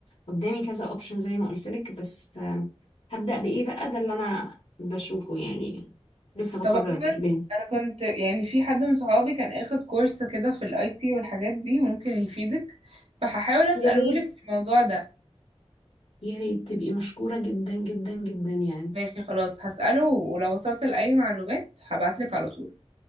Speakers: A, on the left; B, on the right.
A: قدامي كذا اوبشن زي ما قلت لك بس آم، هبدا بايه بقى ده اللي انا بشوفه يعني لسه
B: طب
A: بقرر
B: عموما
A: بين
B: انا كنت يعني في حد من صحابي كان اخد كورس كده في الاي تي والحاجات دي ممكن يفيدك فهحاول اساله
A: يا ريت
B: لك في الموضوع ده
A: يا ريت تبقي مشكوره جدا جدا جدا يعني
B: ماشي خلاص هساله ولو وصلت لاي معلومات هبعت لك على طول